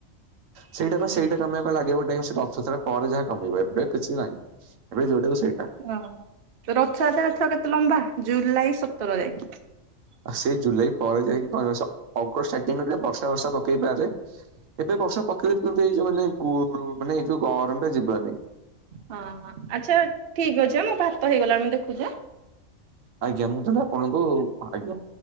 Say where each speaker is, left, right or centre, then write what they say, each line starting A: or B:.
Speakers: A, on the right; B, on the right.
A: ସେଇଟା ସେଇଟା କମିବାକୁ ଲାଗିବ <unintelligible> ସେଇ ରଥ ଯାତ୍ରା ପରେ ଯାହା କମେଇବ ଏବେ କିଛି ନାହିଁ। ଏବେ ଯୋଉଟାକୁ ସେଇଟା।
B: ଓହ ରଥଯାତ୍ରାଥର କେତେ ଲମ୍ବା ଜୁଲାଇ ସତର ଯାଇ।
A: ଆ ସେଇ ଜୁଲାଇ ପରେ ଯାଇକି କ ସ ଅଗଷ୍ଟ ଷ୍ଟାର୍ଟିଂରେ ଟିକେ ବର୍ଷା ଫର୍ଷା ପକେଇ ପାରେ। ଏବେ ବର୍ଷା ପକେଇଲେ ବି କିନ୍ତୁ ଏଇ ଯୋଉ ମାନେ ଗୁ ମାନେ ଏଇ ଯୋଉ ଗରମ ଟା ଯିବନି।
B: ହଁ ହଁ ଆଚ୍ଛା ଠିକ ଅଚ ମୋ ଭାତ ହେଇଗଲା ମୁଁ ଦେଖୁଛି ଆଁ।
A: ଆଜ୍ଞା ମୁଁ ତାହେଲେ ଆପଣଙ୍କୁ ଆଜ୍ଞା